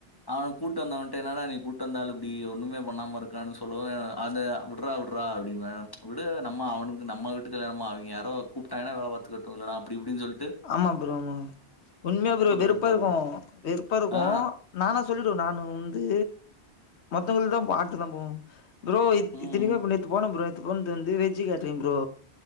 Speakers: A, on the left; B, on the left.
A: அவ கூட்டு வந்தவன்ட என்னாடா நீ கூட்டு வந்தாளு இப்டி ஒன்னு மே பண்ணாம இருக்கா சொல்லுவ அந்த உட்றா உட்றா அப்டிம்ப விடு நம்ம அவனுக்கு நம்ம வீட்டு கல்யாணமா அவிங்க யாரோ கூப்ட்டாங்கனா வேல பாத்துக்கட்டு இல்லனா அப்டி இப்டின் சொல்ட்டு
B: ஆமா ப்ரோ ஆமா உண்மையா ப்ரோ
A: கடுப்பா
B: வெறுப்பா இருக்கு
A: இருக்கும்.
B: வெறுப்பா இருக்கு
A: ஆ.
B: நானு சொல்லிடுவே நானு வந்து மத்தவங்களுக்கு தா அடுத்துதா போவோ ப்ரோ இத்தினிக்கு
A: ம், ம்.
B: நேத்து போன ப்ரோ நேத்து போனது வந்து வெஜ் கேட்ரிங் ப்ரோ